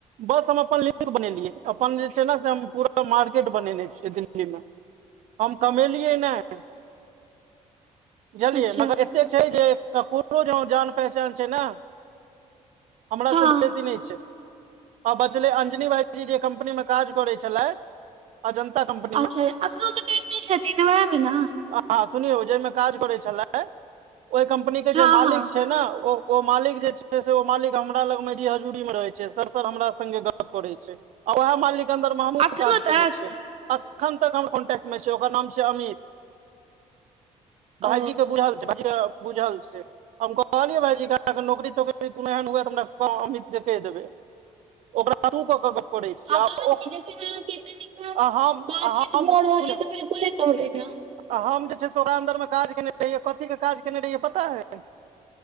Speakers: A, on the right; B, on the right.
A: बस हम अपन लिंक बनेलियै, अपन जे छै। ने से हम पूरा मार्केट बनेने छियै दिल्लीमे। हम कमेलियै नहि। जनलियै,
B: अच्छा
A: मगर एतेक छै। जे ककरो ज जान पहचान छै। ने। हमरा
B: हँ
A: से बेसी नहि छै। आ बचलै अंजनी भाईजी जे कम्पनी मे काज करै छलथि। अजन्ता कम्पनी
B: अच्छा!
A: मे
B: अखरो तऽ करिते छथिन, ने ओएहमे ने।
A: हँ, सुनियौ जाहिमे काज करै छलैथ, ओहि कम्पनी के
B: हँ
A: जे मालिक
B: हँ
A: छै। ने ओ ओ मालिक जे छै से ओ मालिक हमरा लग मे जी हजूरी में रहै छै। सर, सर हमरा संगे गप करै छै। आ उहेए मालिक अन्दर मे हमहूँ
B: अखनो
A: काज
B: तक
A: केने छियैह। एखन तक हमर कॉन्टैक्ट मे छै। ओकर नाम छियै अमित। भाइजी
B: ओ
A: क बुझल छै, भाइजी के बुझल छै। हम कहलियै भायजीे के अहाँक नोकरी तोकरी कोनो एहेन हुए त हमरा कहब अमित के कहि देबै। ओकरा तू कऽ क‌ऽ गप करै छी
B: हँ
A: आ
B: तहन
A: ओ
B: कि छै जहैन अहांके एते नीक से
A: आ हम
B: बातचीत
A: आ हम
B: भऽ रहल
A: सुन
B: ये त बिलकुले कहबै ने।
A: आ हम जे छै से ओकरा अन्दर मे काज केने रहियै कथी के काज केने रहियै पता अइ?